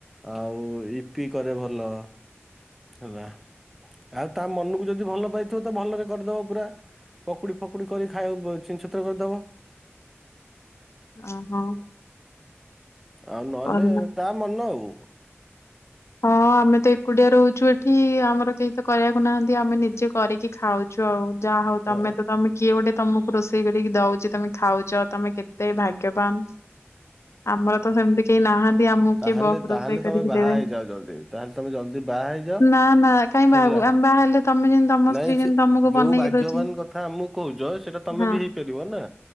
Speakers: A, in the centre; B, on the left.
A: ଆଉ ଇପି କରେ ଭଲ ହେଲା। ଆଉ ତା ମନକୁ ଯଦି ଭଲ ପାଇଥିବ ତ ଭଲରେ କରିଦବ ପୁରା। ପକୁଡି ଫକୁଡି କରି ଖାଇବାକୁ ଛିନଛତର କରିଦବ।
B: ଓହୋ।
A: ଆଉ ନହେଲେ
B: ଭଲ।
A: ତା ମନ ଆଉ।
B: ହଁ ଆମେ ତ ଏକୁଟିଆ ରହୁଚୁ ଏଠି, ଆମର କେହି ତ କରିବାକୁ ନାହାନ୍ତି। ଆମେ ନିଜେ କରିକି ଖାଉ। ଚୁ, ଆଉ ଯାହା ହଉ ତମେ
A: ଅ
B: ତମେ କିଏ ଗୋଟେ ତମକୁ ରୋଷେଇ କରିକି ଠିକ ଦଉଚି, ତମେ ଖାଉଚ, ତମେ କେତେ ଭାଗ୍ୟବାନ। ଆମର ତ ସେମିତି କେହି ନାହାନ୍ତି, ଆମକୁ
A: ତାହେଲେ
B: କିଏ ବଫ
A: ତାହେଲେ
B: ରୋଷେଇ କରିକି
A: ତମେ ବାହା
B: ଦେବେ।
A: ହେଇଯାଅ ଜଲ୍ଦି ତାହେଲେ ତମେ ଜଲ୍ଦି ବାହା ହେଇଯାଅ।
B: ନା ନା କାହିଁ ବାହାହବୁ?
A: ହେଲା
B: ଆମେ ବାହା ହେଲେ ତମେ ଯେମିତି ତମ
A: ନାଇଁ
B: ସ୍ତ୍ରୀ ଯେମତି
A: ସେ
B: ତମକୁ
A: ଯୋଉ
B: ବନେଇକି
A: ଭାଗ୍ୟବାନ
B: ଦଉଚି
A: କଥା ଆମକୁ କହୁଛ ସେଇଟା ତମେ
B: ।ହଁ
A: ବି ହେଇପାରିବ ନା।